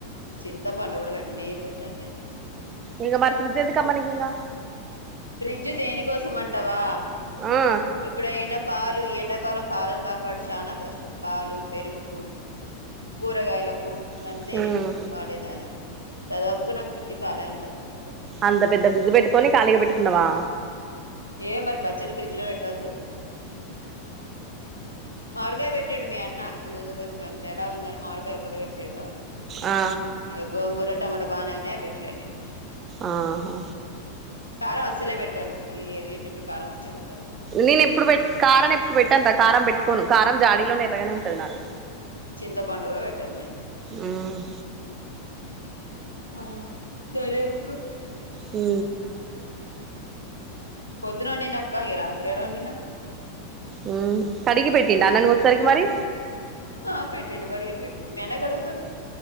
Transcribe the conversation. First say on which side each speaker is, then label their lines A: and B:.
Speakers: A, on the left; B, on the right.
A: చింతపండు కూడా పెట్టను నేను ఏది పెట్టను నేను
B: ఇగ మర్తుదితే ఎందుకమ్మా నీకింకా
A: ఫ్రిడ్జ్ దేనికోసం అంటావా
B: ఆ
A: ఇప్పుడయినా పాలు ఇ ఎండాకాలం పాలను కాపాడు చాలా కష్టం పాలు పెరుగు కూరగాయలకు
B: మ్మ్
A: అంతే నేను వాడేది అది దాదాపుగా నాకు ఫ్రిడ్జ్ కాలే ఉంటది ఎక్కు
B: అంత పెద్ద ఫ్రిడ్జ్ పెట్టుకని ఖాళీగా పెట్టుకున్నావా
A: ఏ మరి పచ్చలు ఫ్రిడ్జ్ లో పెట్టద్దు మామిడికాయ పెట్టిండు మీ అన్న అదేదో కొంచం కొంచెం తేడా ఉందని మామిడికాయ ఒక్కడ పెట్టాడు
B: ఆ
A: ఇ గోంగూర టమాట పెట్లే నేను
B: ఆహా
A: కారం అసలే పెట్ పెట్టను <unintelligible> కారం అసలే పెట్
B: నేను ఎప్పుడు పె కారం ఎప్పుడు పెట్టను కారం పెట్టుకోను కారం జాడీలోనే ఎరగానే ఉంటది నాది
A: చింతపండు కూడా పెట్టను నేను
B: మ్మ్
A: ఆ సరే ఎకు
B: హు
A: పొద్దున వండిన అక్క ఈ రాత్ర ఏడ వండిన
B: హు కడిగి పెట్టిండా మరి నువ్వు వచ్చేసరికి మరి
A: ఆ పెట్టిండు కడిగి పెట్టి మీ అన్న కడుగుతు